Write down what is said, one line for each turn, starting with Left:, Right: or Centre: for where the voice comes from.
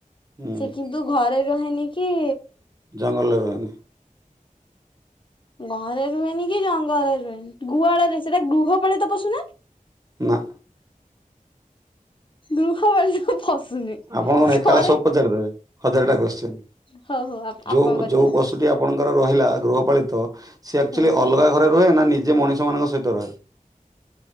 Right: ହୁଁ
Left: ସେ କିନ୍ତୁ ଘରେ ରହେନି କି-
Right: ଜଙ୍ଗଲରେ ରୁହେନି।
Left: ଘରେ ରୁହେନି କି ଜଙ୍ଗଲରେ ରୁହେନି। ଗୁଆଳରେ ସେଟା ଗୃହପାଳିତ ପଶୁ ନା?
Right: ନା
Left: ଗୃହ ପଳିତ ପଶୁ ନୁହେଁ।
Right: ଆପଣ କଣ ଏକଲା
Left: ଘରେ
Right: ସବୁ ପଚାରିଦେବେ। ହଜାର ଟା କୋଶ୍ଚିନ୍।
Left: ହଉ ହଉ ଆପଣ
Right: ଯୋଉ,
Left: ପଚାରନ୍ତୁ
Right: ଯୋଉ ପଶୁଟି ଆପ ଆପଣଙ୍କର ରହିଲା ଗୃହପାଳିତ ସେ ଆକ୍ଚୁଆଲି
Left: ହୁଁ
Right: ଅଲଗା ଘରେ ରୁହେ ନା ନିଜେ ମଣିଷ ମାନଙ୍କ ସହିତ ରହେ?